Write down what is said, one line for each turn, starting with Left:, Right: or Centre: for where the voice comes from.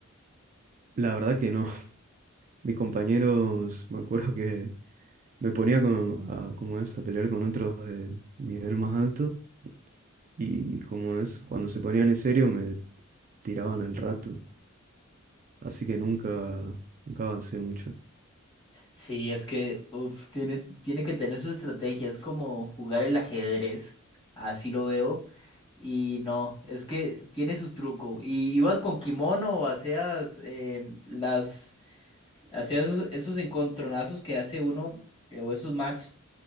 Right: La verdad que no. Mis compañeros, me acuerdo que me ponía como, a, como es, a pelear con otros de nivel más alto y como es, cuando se ponían en serio me tiraban al rato. así que nunca, nunca avancé mucho.
Left: Sí, es que uf, tiene, tiene que tener su estrategia, es como jugar el ajedrez, así lo veo. Y no, es que tiene su truco. Y ibas con kimono o hacías em, las hacías esos, esos encontronazos que hace uno eh, o esos match